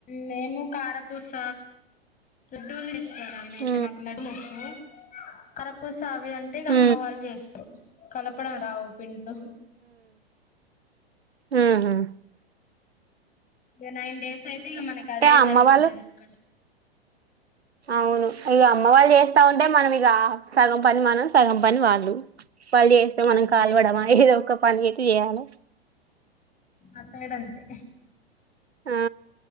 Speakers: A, on the left; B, on the right.
A: మేము కారపూస లడ్డూలు ఆయనయితే
B: ఉ
A: నాకు నడుమ్మోచ్చు కరపూస అవి అంటే ఇక
B: ఉ
A: అమ్మ వాళ్ళు చేస్తారు కల కప్పుడ రావు పిండ్లు
B: ఉహుమ్
A: ఇక నైన్ డేస్ అయితే ఇక మనకి అదే
B: అమ్మ
A: సరిపోతుది
B: వాళ్ళు
A: అక్కడ
B: అవును ఇక అమ్మ వాళ్ళు చేస్తా ఉంటే మనం ఇక సగం పని మనం సగం పని వాళ్ళు పళ్ళు చేస్తే
A: వాళ్ళు
B: మనం కాల్వడమా
A: చేస్తారు
B: ఏదో ఒక పని అయితే చేయాలి
A: మా సైడ్ అంతే
B: ఆ